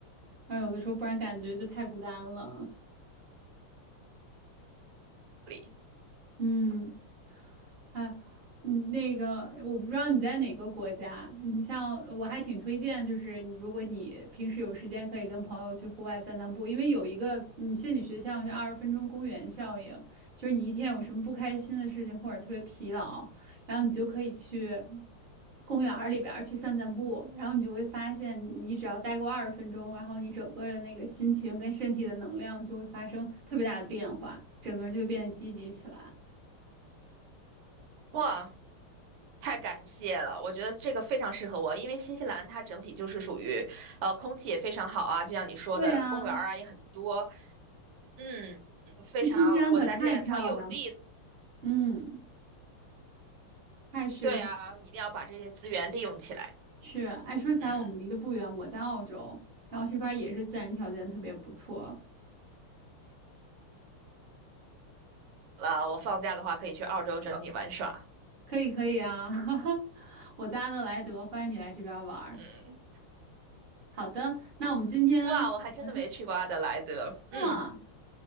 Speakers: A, on the right; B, on the right.
A: 然后有的时候不然感觉就太孤单了。
B: 里。
A: 嗯。哎，你那个我不知道你在哪个国家，你像我还挺推荐，就是你如果你平时有时间，可以跟朋友去户外散散步，因为有一个嗯心理学项叫二十分钟公园效应，就是你一天有什么不开心的事情或者特别疲劳，然后你就可以去公园儿里边儿去散散步，然后你就会发现，你只要待够二十分钟，然后你整个的那个心情跟身体的能量就会发生特别大的变化，整个人就会变得积极起来。
B: 哇，太感谢了，我觉得这个非常适合我，因为新西兰它整体就是属于，呃，空气也非常好啊，就像你说的，
A: 对呀，
B: 公园儿啊也很多，嗯，非常，
A: 那新西兰可太漂亮了，
B: 我在这点上有利
A: 嗯，太适合。
B: 对啊，一定要把这些资源利用起来。
A: 是，哎，说起来我们离得不远，
B: 嗯，
A: 我在澳洲，然后这边儿也是自然条件特别不错，
B: 啊，我放假的话可以去澳洲找你玩耍。
A: 可以可以啊，<laughs> 我在阿德莱德，欢迎你来这边儿玩儿。
B: 嗯，
A: 好的，那我们今天啊就先
B: 哇，我还真的没去过阿德莱德。
A: 这么，
B: 嗯